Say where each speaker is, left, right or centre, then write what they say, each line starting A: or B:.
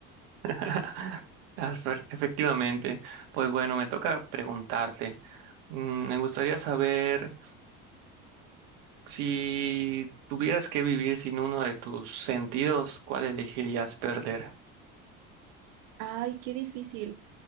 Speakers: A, on the right (about 85°); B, on the right (about 65°).
A: <laughs> Asfer- Efectivamente, pues bueno, me toca preguntarte. Mm, Me gustaría saber si tuvieras que vivir sin uno de tus sentidos, ¿cuál elegirías perder?
B: Ay, qué difícil.